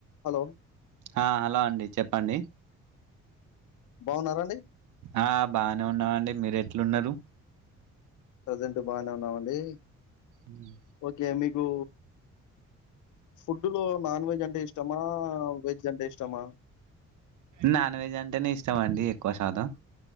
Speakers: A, on the left; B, on the right.
A: హలో
B: ఆ హలో అండి చెప్పండి
A: బావున్నారా అండి
B: ఆ బానే ఉన్నావండి మీరు ఎట్లున్నారు
A: ప్రజెంట్ బాగానే ఉన్నామండి
B: ఉమ్
A: ఓకే మీకు ఫుడ్డు లో నాన్ వెజ్ అంటే ఇష్టమా వెజ్ అంటే ఇష్టమా
B: నాన్ వెజ్ అంటేనే ఇష్టం అండి ఎక్కువ శాతం